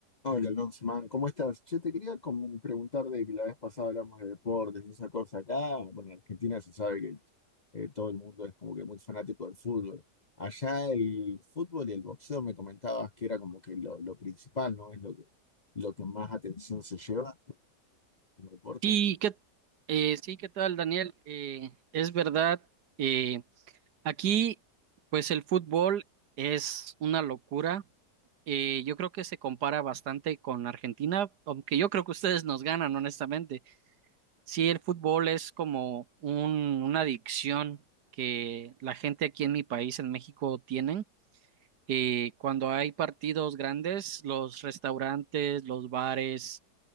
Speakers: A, on the left; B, on the right.
A: Hola, Lonsman, ¿cómo estás? Yo te quería como preguntar de que la vez pasada hablamos de deportes y esa cosa acá. Bueno, en Argentina se sabe que eh, todo el mundo es como que muy fanático del fútbol. Allá el fútbol y el boxeo me comentabas que era como que lo, lo principal, ¿no? Es lo que, lo que más atención se lleva como deporte.
B: Sí, ¿qué, eh, sí, ¿qué tal, Daniel? Eh, es verdad, eh, aquí pues el fútbol es una locura. Eh, yo creo que se compara bastante con Argentina, aunque yo creo que ustedes nos ganan, honestamente. Sí, el fútbol es como un, una adicción que la gente aquí en mi país, en México, tienen. Eh, cuando hay partidos grandes, los restaurantes, los bares